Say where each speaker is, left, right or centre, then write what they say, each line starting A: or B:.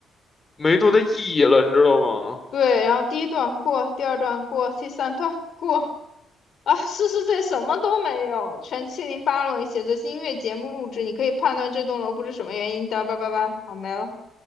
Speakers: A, on the left; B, on the left.
A: 没多大意义了，你知道吗？
B: 对，然后第一段过，第二段过，第三段过啊，诗诗这什么都没有，全七零八落，写着音乐节目录制，你可以判断这栋楼不知什么原因的，叭叭叭，好没了。